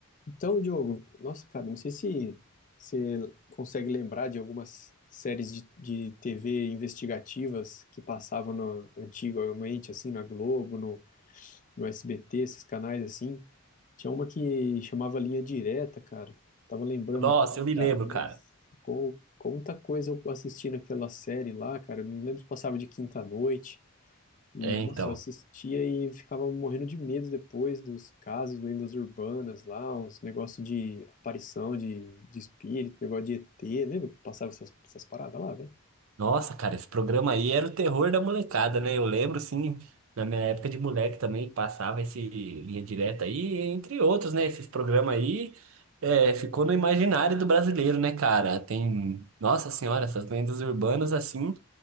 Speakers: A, on the left; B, on the right.
A: Então, Diogo, nossa, cara, não sei se você consegue lembrar de algumas séries de, de TV investigativas que passavam no- antigamente, assim, na Globo, no, no SBT, esses canais assim. Tinha uma que chamava Linha Direta, cara. Tava lembrando
B: Nossa,
A: aqui,
B: eu me
A: cara,
B: lembro,
A: nossa,
B: cara.
A: como, como muita coisa eu assisti naquela série lá, cara. Eu não lembro se passava de quinta à noite. E,
B: É,
A: nossa,
B: então.
A: eu assistia e ficava morrendo de medo depois dos casos, lendas urbanas lá, uns negócios de aparição de, de espírito, negócio de ET. Lembra que passava essas, essas paradas lá, velho?
B: Nossa, cara, esse programa aí era o terror da molecada, né? Eu lembro, sim na minha época de moleque também passava esse Linha Direta aí, entre outros, né? Esses programas aí é, ficou no imaginário do brasileiro, né, cara? Tem, nossa senhora, essas lendas urbanas, assim.